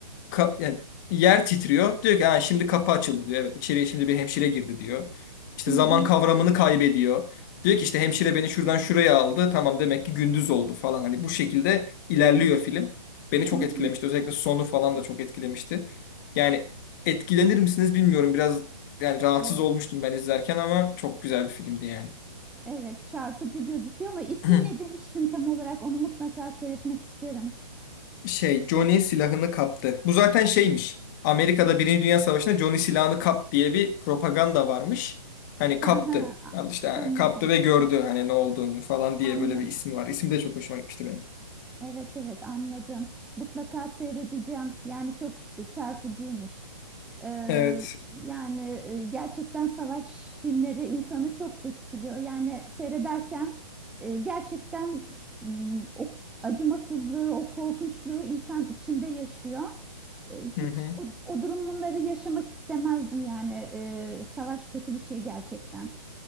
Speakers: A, on the left (about 30°); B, in the centre.
A: ka- yani yer titriyor. Diyor ki ha şimdi kapı açıldı diyor. Evet içeriye şimdi bir hemşire girdi diyor. İşte
B: Hı
A: zaman
B: hı,
A: kavramını kaybediyor. Diyor ki işte hemşire beni şuradan şuraya aldı. Tamam demek ki gündüz oldu falan. Hani bu şekilde ilerliyor film. Beni çok
B: hı hı.
A: etkilemişti. Özellikle sonu falan da çok etkilemişti. Yani etkilenir misiniz bilmiyorum. Biraz yani rahatsız
B: Ee,
A: olmuştum ben izlerken ama çok güzel bir filmdi yani.
B: evet çarpıcı gözüküyor ama ismi
A: <clears throat>
B: ne demiştin tam olarak onu mutlaka seyretmek isterim.
A: Şey Johnny silahını kaptı. Bu zaten şeymiş. Amerika'da Birinci Dünya Savaşı'nda Johnny silahını kap diye bir propaganda varmış. Hani
B: Hı
A: kaptı.
B: hı, a-
A: Al işte ha,
B: Anladım.
A: kaptı ve gördü hani ne olduğunu falan diye
B: Anladım.
A: böyle bir ismi var. İsim de çok hoşuma gitmişti benim.
B: Evet evet anladım. Mutlaka seyredeceğim. Yani çok çarpıcıymış. Eee,
A: Evet.
B: yani e, gerçekten savaş filmleri insanı çok etkiliyor. Yani seyrederken e, gerçekten m, o acımasızlığı, o korkunçluğu insan içinde yaşıyor. E, hiç
A: Hı hı.
B: o, o durumları yaşamak istemezdim yani E, savaş kötü bir şey gerçekten.